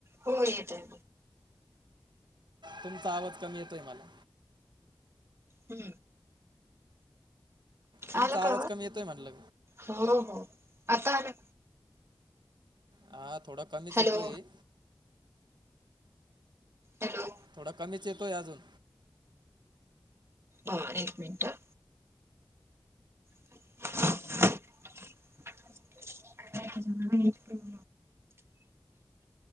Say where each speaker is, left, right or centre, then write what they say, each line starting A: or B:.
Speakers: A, on the right; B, on the right.
A: हो येतय
B: तुमचा आवज कमी येतोय मला
A: हू
B: तुमचा
A: आला का
B: आवाज कमी येतोय म्हणलं
A: हो हो आता आला
B: हा थोडा कमीच
A: हॅलो
B: येतोय
A: हॅलो
B: थोडा कमीच येतोय अजून
A: हो एक मिनिट <inaudible> <inaudible>